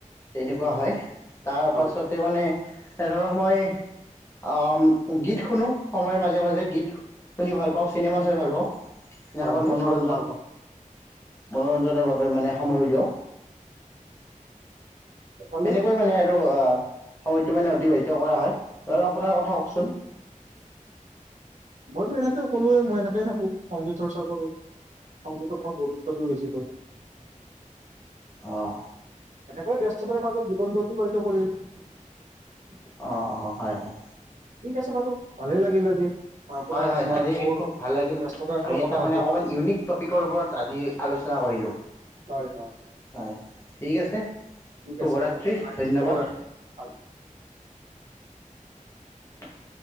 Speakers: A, on the left; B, on the right.
A: তেনেকুৱা হয় তাৰ
B: হয়
A: পাছতে মানে এ ধৰক মই অ গীত শুনো সময়ৰ মাজে মাজে গীত শুনি ভাল পাওঁ, চিনেমা চাই ভাল পাওঁ। এনেকৈ
B: হয় হয়
A: মনোৰঞ্জন,
B: ভাল ভাল কথা
A: মনোৰঞ্জনৰ বাবে মানে সময় উলিয়াও।
B: ভালেই
A: এনেকৈ মানে আৰু সময়টো মানে অতিবাহিত কৰা হয়। আৰু আপোনাৰ কথা কওকচোন।
B: মইতো এনেকে কৰোৱে। মই এনেকেয়ে থাকো, সংগীত চৰ্চা কৰো। সংগীতক মই গুৰুত্ব দিও বেছি কৰি।
A: অহ।
B: এনেকৈ ব্যস্ততাৰ মাজত জীৱনটো অতিবাহিত কৰি আ
A: অ অ হয় হয়।
B: ঠিক আছে বাৰু। ভালেই লাগিল আজি আপোনাৰ
A: হয়, হয়। আজি
B: মোৰ
A: খুব ভাল লাগিল।
B: ব্যস্ততাৰ ওপৰত
A: আমি
B: কথা
A: এটা
B: পাতিলো
A: মানে অকমান ইউনিক টপিকৰ পৰত আজি আলোচনা কৰিলো।
B: হয় হয়
A: হয়, ঠিক আছে
B: ঠিক
A: শুভৰাত্ৰি
B: আছে
A: ধন্যবাদ।
B: শুভৰাত্ৰি
A: <inaudible>